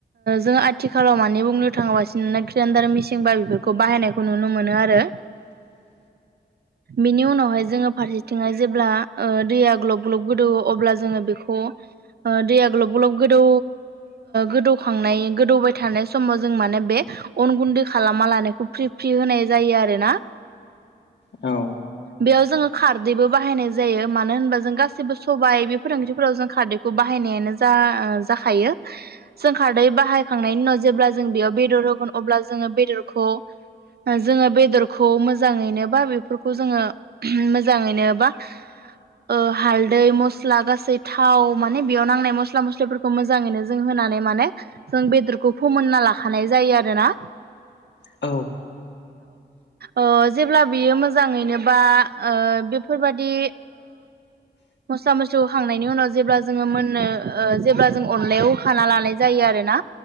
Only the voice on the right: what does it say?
जोङो आथिखालाव मानि बुंनो थाङासिनो गार मेसेंबा बेफोरखौ बाहायनायखौ नुनो मोनो आरो
बिनि उनावहाय जोङो फारसेथिंहाय जेब्ला दैया ग्लब ग्लब गोदौ अब्ला जोङो बेखौ दैया गलब गलब गोदौ गोदौखांनाय गोदौबाय थानाय समाव जों माने बे अन गुन्दै खालामा लानायखौ फ्रि फ्रि होनाय जायो आरो ना
बेयाव जोङो खारदैबो बाहायनाय जायो मानो होनबा जों गासैबो सबायाइ बेफोर ओंख्रैफोराव जों खारदैखौ बाहाय बाहायनायानो जा जाखायो जों खारदै बाहायखांनायनि उनाव जेब्ला जों बेयाव बेदर अबला जोङो बेदरखौ मोजांयैनो बा बे फोरखौ जोङो मोजाङैनो बा ओ हालदै मस्ला गासै थाव माने बेयाव नांनाय मस्ला मस्लिफोरखौ मोजाङैनो जों होनानै माने जों बेदरखौ फोमोनना लाखानाय जायो आरोना।
औ जेब्ला बियो मोजां मोजाङैनो बा बेफोरबायदि मस्ला मस्लि होखांनायनि उनाव जेब्ला जोङो मोननो जेब्ला जों अनलायाव होखाना लानाय जायो आरो ना।